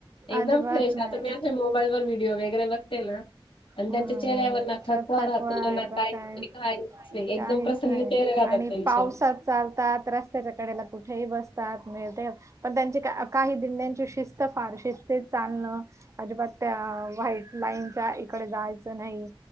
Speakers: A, on the left; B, on the right.
A: एकदम
B: अजिबात
A: फ्रेश
B: नाही
A: राहतं आता मी असे मोबाईल वर व्हिडिओ वगैरे बघते ना आणि
B: हम्म
A: त्यांच्या चेहऱ्यावर ना थकवा राहतो
B: आहेरा
A: ना काही
B: काय
A: काहीच नाही एकदम
B: काहीच
A: प्रसन्न
B: नाही
A: चेहरे राहतात
B: आणि
A: त्यांचे.
B: पावसात चालतात, रस्त्याच्या कडेला कुठेही बसतात, मिळते पण त्यांची काही दिंड्यांची शिस्त फार शिस्तीत चालण अजिबात त्या व्हाईट लाईनच्या इकडं जायचं नाही